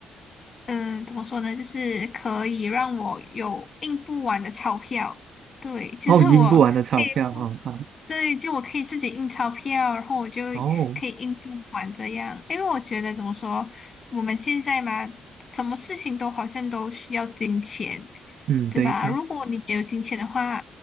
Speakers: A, on the left; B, on the right.
A: 嗯、呃怎么说呢？就是可以让我有印不完的钞票。对，其实我可以互，
B: 哦，赢不完的钞票哦，好，
A: 对，就我可以自己印钞票，然后我就
B: 哦，
A: 可以印不完这样。因为我觉得怎么说，我们现在嘛，什么事情都好像都需要金钱，
B: 嗯对对，
A: 对吧？如果你没有金钱的话，